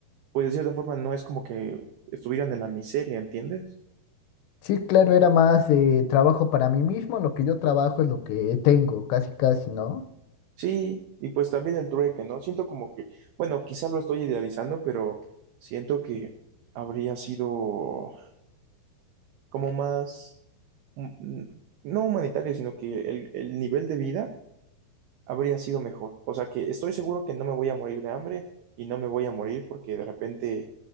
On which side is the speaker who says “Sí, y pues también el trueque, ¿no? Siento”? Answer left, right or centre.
Right